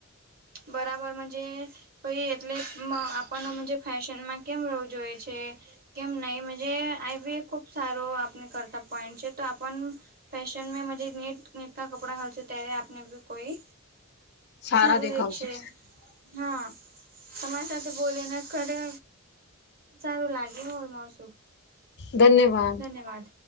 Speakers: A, on the right; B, on the left.
A: બરાબર મજે. પાઈ એટલે આપણનેજ ફેશનમાં કેમ રહવું જોઈએ છે. કેમ નહીજ આઈ બી એ ખુબ સારું આપને કરતા પોઈન્ટ છે તો આપ. ફશન મે મુજે નેટ નેટ કા કપડાા હલસે તૈરે્યા આપનેી કોઈ.
B: સારા
A: સારું
B: દેખાવશ.
A: દેખશે. હા તમારી સાથે બોલી ને ખરે. સારું લાગે હોય માસું.
B: ધન્યવાદ.
A: ધન્યવાદ.